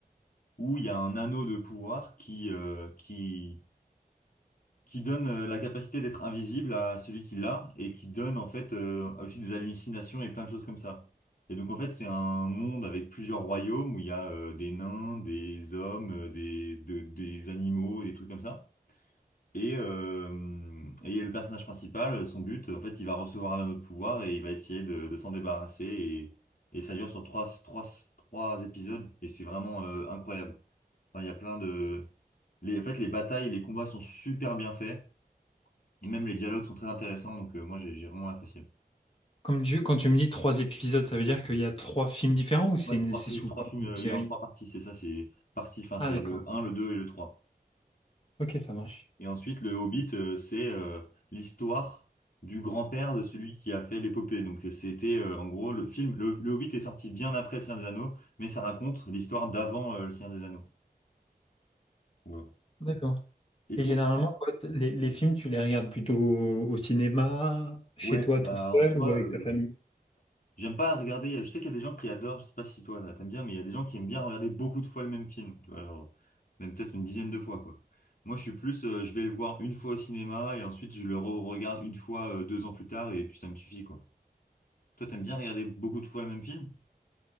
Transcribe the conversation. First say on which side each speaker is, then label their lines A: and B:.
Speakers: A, on the left (about 55°); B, on the left (about 35°).
A: où il y a un anneau de pouvoir qui, euh, qui, qui donne euh, la capacité d'être invisible à celui qui l'a et qui donne en fait euh, aussi des hallucinations et plein de choses comme ça. Et donc en fait c'est un monde avec plusieurs royaumes où il y a euh, des nains, des hommes, euh, des, de- des animaux, des trucs comme ça. Et, euh, et le personnage principal, son but, en fait, il va recevoir un anneau de pouvoir et il va essayer de, de s'en débarrasser. Et, et ça dure sur trois, trois, trois épisodes et c'est vraiment euh, incroyable. Enfin, il y a plein de... Les, en fait, les batailles, les combats sont super bien faits. Et même les dialogues sont très intéressants. Donc, euh, moi, j'ai j'ai vraiment apprécié.
B: Comme tu, quand tu me dis trois épisodes, ça veut dire qu'il y a trois films différents ou c'est
A: Ouais,
B: une,
A: trois,
B: c'est
A: fi-
B: sous
A: trois
B: forme
A: films,
B: d'une
A: euh,
B: série?
A: il est en trois parties. C'est ça, c'est partie, enfin, c'est
B: Ah, d'accord.
A: le
B: Ok,
A: un le 2 et le trois
B: Ok, ça marche.
A: Et ensuite, le Hobbit, euh, c'est euh, l'histoire du grand-père de celui qui a fait l'épopée. Donc, euh, c'était, euh, en gros, le film... Le, le Hobbit est sorti bien après Le Seigneur des Anneaux, mais ça raconte l'histoire d'avant euh, Le Seigneur des Anneaux. Ouais.
B: D'accord.
A: Et
B: Et
A: toi?
B: généralement,
A: bah,
B: toi, t- les, les films, tu les regardes plutôt au, au cinéma, chez
A: Ouais,
B: toi
A: bah
B: tout seul
A: en soi,
B: ou avec
A: euh,
B: ta famille?
A: J'aime pas regarder, je sais qu'il y a des gens qui adorent, je sais pas si toi t'as- t'aimes bien, mais il y a des gens qui aiment bien regarder beaucoup de fois le même film, tu vois, genre, même peut-être une dizaine de fois, quoi. Moi, je suis plus, euh, je vais le voir une fois au cinéma et ensuite je le re-regarde une fois, euh, deux ans plus tard et puis ça me suffit, quoi. Toi, t'aimes bien regarder beaucoup de fois le même film?